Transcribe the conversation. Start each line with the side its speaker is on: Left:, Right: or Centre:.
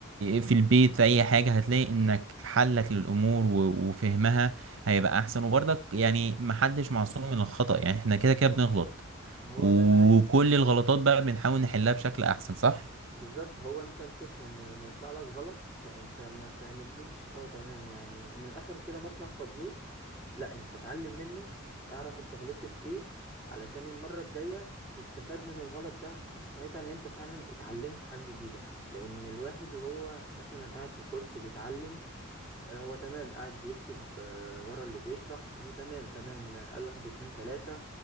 Right: في البيت في اي حاجة هتلاقي انك حلك للامور و- وفهمها هيبقى احسن وبرضك يعني محدش معصوم من الخطأ يعني احنا كده كده بنغلط
Left: هو
Right: وكل
Left: ده العادي
Right: الغلطات بقى بنحاول نحلها بشكل احسن صح
Left: بالظبط هو انت الفكرة ان لما يطلع لك غلط فانت ما تعملوش اه تمام يعني من الاخر كده ما تنفضلوش لا انت اتعلم منه اعرف انت غلطت في ايه علشان المرة الجاية تستفاد من الغلط ده هتحس ساعتها ان انت فعلا اتعلمت حاجة جديدة لان الواحد وهو مثلا قاعد في كرسي بيتعلم آه، هو تمام قاعد بيكتب آه، ورا اللي بيشرح وتمام تمام آه، قال واحد اتنين تلاتة